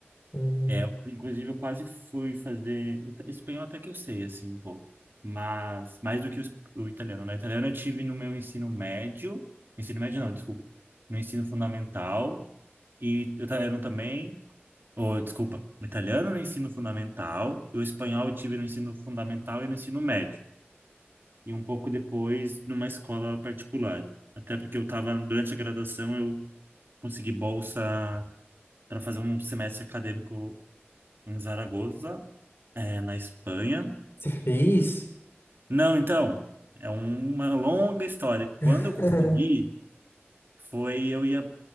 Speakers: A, on the left; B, on the right.
A: Uhum.
B: É, eu, inclusive, eu quase fui fazer ita- espanhol até que eu sei, assim, um pouco. Mas mais do que o, es- o italiano, né? Italiano eu tive no meu ensino médio, ensino médio não, desculpa, no ensino fundamental e o italiano também, ou desculpa, o italiano no ensino fundamental e o espanhol eu tive no ensino fundamental e no ensino médio. e um pouco depois numa escola particular. Até porque eu estava, durante a graduação, eu consegui bolsa para fazer um semestre acadêmico em Zaragoza, eh, na Espanha.
A: Você fez?
B: Não, então, é uma longa história.
A: <laughs>
B: Quando eu consegui, foi eu ia